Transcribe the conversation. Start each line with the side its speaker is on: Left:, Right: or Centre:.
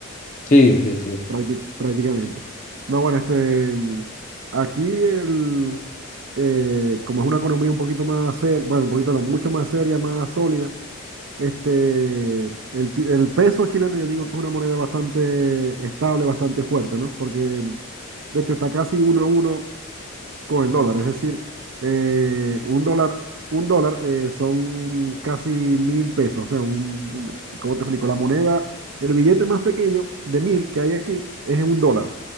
Left: Sí, sí, sí.
Right: Prácti- prácticamente. No, bueno, este, aquí el, eh, como es una economía un poquito más seria, bueno, un poquito no, mucho más seria, más sólida, este, el, ti- el peso chileno yo digo que es una moneda bastante estable, bastante fuerte, ¿no? Porque de hecho está casi uno a uno con el dólar. Es decir, eh, un dólar, un dólar eh, son casi mil pesos. O sea, un, ¿cómo te explico? La moneda, el billete más pequeño de mil que hay aquí es un dólar.